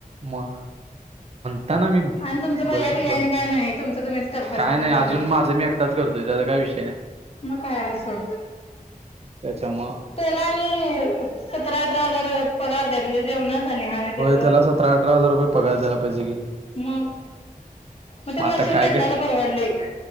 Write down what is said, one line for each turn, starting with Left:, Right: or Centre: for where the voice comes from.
Right: मग. काय नाही मी
Left: आणि तुमचं भैया
Right: बसत
Left: बियाने
Right: पण
Left: काय नाही तुमचं तुम्हीच करतायसा
Right: काय
Left: म्हणून
Right: नाही अजून
Left: बरं आहे
Right: माझ मी एक. टाच करतोय त्याचा काय विषय नाही.
Left: मग काय आहे सोड.
Right: त्याच्यामुळं
Left: त्याला आणी सतरा अठरा हजार अ. पगार द्यायला पाहिजे जेवणाच आणि आहे त्याज.
Right: होय त्याला सतरा अठरा हजार रुपये पगार द्यायला पाहिजे की
Left: मग ते मग
Right: आता
Left: मशीन
Right: काय
Left: घेतल्याला
Right: काय
Left: परवडलं एक